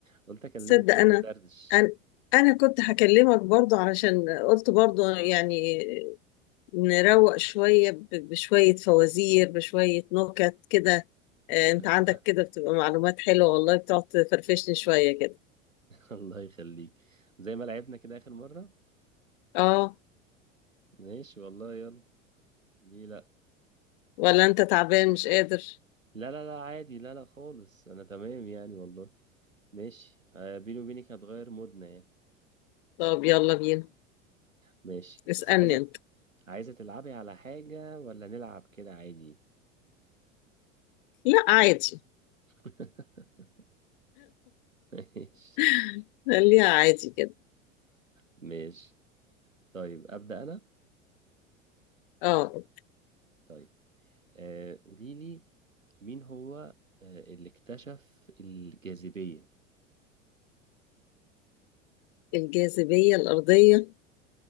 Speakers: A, on the right (about 85°); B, on the left (about 45°).
A: قلت أكلمك
B: تصدق
A: كده
B: انا
A: ندردش
B: انا انا كنت هكلمك برضو علشان قلت برضو يعني نروق شوية ب- بشوية فوازير بشوية نكت كده آه،
A: <laughs>
B: انت عندك كده بتبقى معلومات حلوة والله بتقعد تفرفشني شوية كده
A: الله يخليك زي ما لعبنا كده آخر مرة
B: اه
A: ماشي والله يلا دي لأ
B: ولا انت تعبان مش قادر
A: لا لا لا عادي لا لا خالص أنا تمام يعني والله ماشي آه، بيني وبينك هتغير مودنا يعني
B: طب يلا بينا
A: ماشي
B: اسألني
A: بس عايز
B: انت
A: عايزة تلعبي على حاجة ولا نلعب كده عادي
B: لا عادي
A: <laughs> ماشي
B: <laughs> خليها عادي كده
A: ماشي طيب أبدأ أنا
B: اه
A: طيب آه قوليلي مين هو آه اللي اكتشف الجاذبية
B: الجاذبية الأرضية